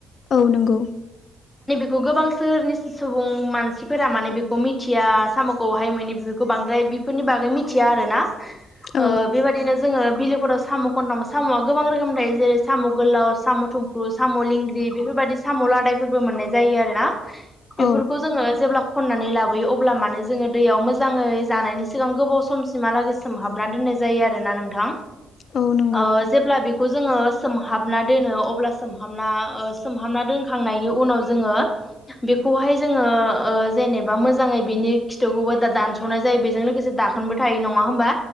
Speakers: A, on the left; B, on the left.
A: औ नंगौ।
B: गोबां सोहोरनि सुबुं मानसि फोरा माने बेखौ मिथिया साम'खौहाय माने बेफोरखौ बांद्राय बेफोरनि बागै मिथिया आरो ना। ओ
A: औ
B: बेबा बिदिनो जोङो बिलोफोराव साम' खनथाम साम'आ गोबां रोखोम थायो जेरै साम' गोलाव साम' थुम्फु साम' लिं ग्रि बेफोरबायदि साम लादायफोरबो मोन्नाय जायो आरो ना। बेफोरखौ
A: औ
B: जोंङो जेब्ला खननानै लाबोयो अब्ला मानो जोङो दैयाव मोजाङै जानायनि सिगां गोबाव समसिमहालागै सोमहाबना दो नाय जायो आरो ना नोंथा।
A: औ नंगौ
B: ओ जेब्ला बे खौ जोङो सोमहाबना दोनो अब्ला सोमहाबना ओ सोमहाबना दोनखांनायनि उनाव जोङो बेखौहाय जोङो ओ जेनेबा मोजाङै बेनि खिथुखौबो दा दानस'नाय जायो बेजों लोगोसे दाखोनबो थायो नङा होमबा